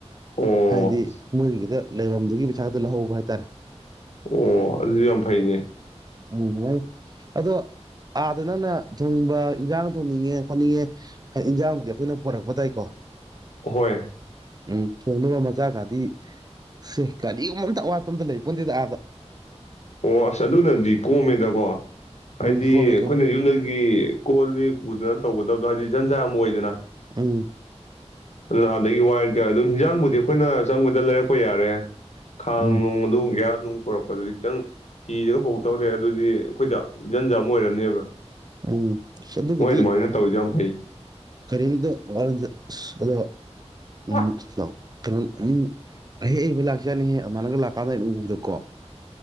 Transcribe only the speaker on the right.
ꯍꯥꯏꯗꯤ ꯃꯣꯏꯒꯤꯗ ꯂꯩꯕꯝꯗꯨꯒꯤ ꯄꯩꯁꯥ ꯈꯛꯇ ꯂꯍꯧꯕ ꯍꯥꯏꯇꯥꯔꯦ
ꯎꯝꯂꯩ ꯑꯗꯣ ꯑꯥꯗ ꯅꯪꯅ ꯊꯣꯡꯅꯤꯡꯕ ꯏꯟꯖꯥꯡ ꯊꯣꯡꯅꯤꯡꯉꯦ ꯈꯣꯠꯅꯤꯡꯉꯦ ꯑ ꯏꯟꯖꯥꯡꯗꯨꯗꯤ ꯑꯩꯈꯣꯏꯅ ꯄꯣꯔꯛꯄ ꯇꯥꯏꯀꯣ꯫
ꯎꯝ ꯊꯣꯡꯅꯕ ꯃꯆꯥꯛꯒꯥꯗꯤ ꯁꯦ ꯀꯔꯤꯒꯨꯝꯕ ꯑꯝꯇ ꯑꯋꯥꯠꯄ ꯑꯝꯇ ꯂꯩꯄꯣꯟꯇꯦꯗ ꯑꯥꯗ꯫
ꯎꯝ ꯀꯣꯝꯃꯦ
ꯀꯣꯝꯃꯦ
ꯎꯝ
ꯎꯝ
ꯎꯝ ꯑꯁ ꯑꯗꯨꯒꯤꯗꯤ
ꯀꯔꯤꯝꯗ ꯋꯥꯔꯨꯅꯨꯗ ꯑꯁ ꯑꯗꯨꯒ ꯎꯝ
<unintelligible> ꯀꯩꯅꯣ ꯎꯝ ꯑꯍꯩ ꯍꯩꯕ ꯂꯥꯛꯆꯥꯠꯅꯤꯍꯦ ꯑꯗꯨꯃꯥꯏꯅꯒ ꯂꯥꯛꯀꯥꯟꯗꯩꯅ ꯎꯕꯗꯀꯣ